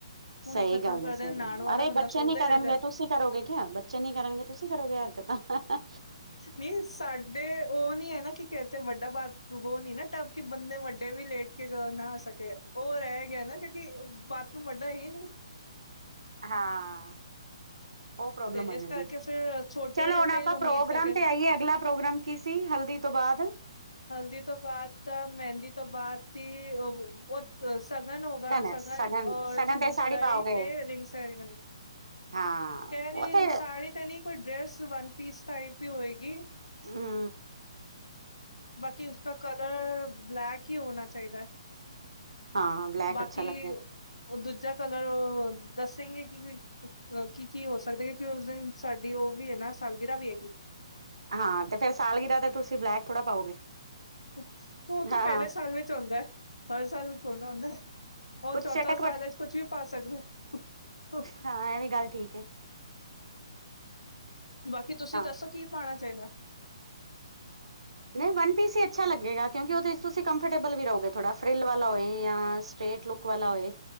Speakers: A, on the left; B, on the right.
A: ਪੂਰੀ
B: ਸਹੀ
A: ਖਤਮ
B: ਗੱਲ
A: ਕਰਦੇ
B: ਹੈ ਸਹੀ
A: ਨਹਾਣ
B: ਗੱਲ
A: ਵਾਲਾ
B: ਅਰੇ
A: ਬੰਦਾ
B: ਬੱਚੇ
A: ਸੋਚਦਾ
B: ਨੀ ਕਰਨਗੇ
A: ਹੀ ਰਹਿ ਜਾ
B: ਤੁਸੀ ਕਰੋਗੇ ਕਿਆ ਬੱਚੇ ਨੀ ਕਰਨਗੇ ਤੁਸੀਂ ਕਰੋਗੇ ਹਰਕਤਾ। ਹ-ਹ।
A: ਨੀ ਸਾਡੇ ਉਹ ਨੀ ਹੈ ਨਾ ਕਿ ਕਤੇ ਵੱਡਾ ਬਾ ਬੋ ਨੀ ਨਾ ਟਬ ਕੇ ਬੰਦੇ ਵੱਡੇ ਵੀ ਲੇਟ ਕੇ ਨਾ ਸ ਸਕਿਆ ਉਹ ਰਹਿ ਗਿਆ ਨਾ ਕਿਉਂਕਿ ਬਾਥਰੂਮ ਵੱਡਾ ਹੀ ਨੀ।
B: ਹਾਂ ਉਹ ਪ੍ਰੋਬਲਮ
A: ਤੇ
B: ਹੋ
A: ਇਸ
B: ਜਾਂਦੀ।
A: ਕਰਕੇ ਫਿਰ ਛੋਟੇ
B: ਚਲੋ ਹੁਣ
A: ਤੇ
B: ਆਪਾਂ
A: ਹੀ ਉਮੀਦ
B: ਪ੍ਰੋਗਰਾਮ
A: ਕਰਕੇ
B: ਤੇ ਆਈਏ ਅਗਲਾ ਪ੍ਰੋਗਰਾਮ ਕੀ ਸੀ ਹਲਦੀ ਤੋਂ ਬਾਅਦ?
A: ਹਲਦੀ ਤੋਂ ਬਾਅਦ ਤਾਂ ਮਹਿੰਦੀ ਤੋਂ ਬਾਅਦ ਹੀ ਉਹ ਸਗਨ ਹੋਗਾ,
B: ਹੈ
A: ਸਗਨ ਔਰ,
B: ਸਗਨ
A: ਚੁੰਨੀ
B: ਤੇ ਸਾੜੀ
A: ਚੜਾਈ
B: ਪਾਓਗੇ
A: ਤੇ ਰਿੰਗ ਸੈਰੇਮਨੀ।
B: ਹਾਂ
A: ਕਹਿ ਰਹੀ
B: ਉਥੇ
A: ਸਾੜੀ ਤਾਂ ਨਹੀਂ ਕੋਈ ਡਰੈਸ ਵਨ-ਪੀਸ ਟਾਈਪ ਹੀ ਹੋਏਗੀ।
B: ਹੂੰ
A: ਬਾਕੀ ਉਸਦਾ ਕਲਰ ਬਲੈਕ ਈ ਹੋਨਾ ਚਾਹੀਦਾ।
B: ਹਾਂ ਬਲੈਕ
A: ਬਾਕੀ
B: ਅੱਛਾ ਲੱਗੇ
A: ਓ ਦੂਜਾ ਕਲਰ ਦੱਸੇਗੇ ਕਿ ਅ ਕੀ-ਕੀ ਹੋ ਸਕਦੀ ਕਿਉਕਿ ਉਸ ਦਿਨ ਸਾਡੀ ਉਹ ਵੀ ਹੈ ਨਾ ਸਾਲਗਰਾਹ ਵੀ ਹੈਗੀ।
B: ਹਾਂ ਤੇ ਫੇਰ ਸਾਲਗਰਾ ਤੇ ਤੁਸੀਂ ਬਲੈਕ ਥੋੜ੍ਹਾ ਪਾਓਗੇ।
A: ਉਹ ਤਾਂ
B: ਹਾਂ
A: ਪਹਿਲੇ ਸਾਲ ਵਿੱਚ ਹੁੰਦਾ ਐ। ਹਰ ਸਾਲ ਵਿੱਚ ਥ੍ਹੋੜਾ ਹੁੰਦਾ ਐ। ਉਹ
B: ਕੁੱਛ
A: ਚੌਥਾ
B: ਚਟਕ
A: ਸਾਲ
B: ਵਟਕ
A: ਵਿੱਚ ਕੁਛ ਵੀ ਪਾ ਸਕਦੇ ਓ।
B: ਹਾਂ ਇਹ ਵੀ ਗੱਲ ਠੀਕ ਏ
A: ਬਾਕੀ ਤੁਸੀਂ
B: ਹਾਂ
A: ਦੱਸੋ ਕੀ ਪਾਉਣਾ ਚਾਈਦਾ??
B: ਨਹੀਂ ਵਨ ਪੀਸ ਹੀ ਅੱਛਾ ਲੱਗੇਗਾ ਕਿਉਂਕਿ ਉਹਦੇ ਤੁਸੀਂ ਕੰਫਰਟੇਬਲ ਵੀ ਰਹੋਗੇ ਥੋੜਾ ਫਿਲ ਵਾਲਾ ਹੋਏ ਜਾਂ ਸਟ੍ਰੇਟ ਲੁੱਕ ਵਾਲਾ ਹੋਏ।